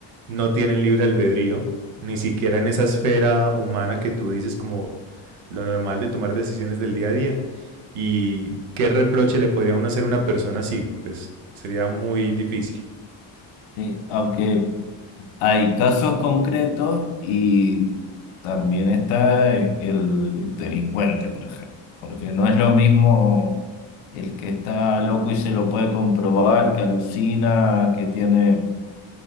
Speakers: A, on the right; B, on the left.
A: no tienen libre albedrío, ni siquiera en esa esfera humana que tú dices como lo normal de tomar decisiones del día a día. ¿Y qué reproche le podría uno hacer a una persona así? Pues sería muy difícil.
B: sí, aunque Hay casos concretos y también está e-, el delincuente, por ejemplo, porque no es lo mismo el que está loco y se lo puede comprobar, que alucina, que tiene